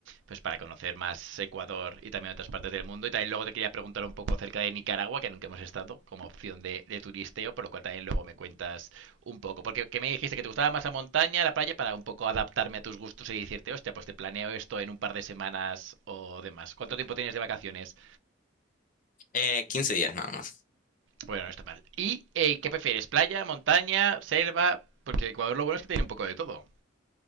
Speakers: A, on the right; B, on the left.
A: pues para conocer más Ecuador y también otras partes del mundo. Y también luego te quería preguntar un poco acerca de Nicaragua, que nunca hemos estado como opción de, de turisteo, por lo cual también luego me cuentas un poco. Porque que me dijiste que te gustaba más la montaña, la playa, para un poco adaptarme a tus gustos y decirte, hostia, pues te planeo esto en un par de semanas o demás. ¿Cuánto tiempo tienes de vacaciones?
B: eh, 15 días nada
A: Bueno, no está mal. ¿Y eh, qué prefieres? ¿Playa, montaña, selva? Porque Ecuador lo bueno es que tiene un poco de todo.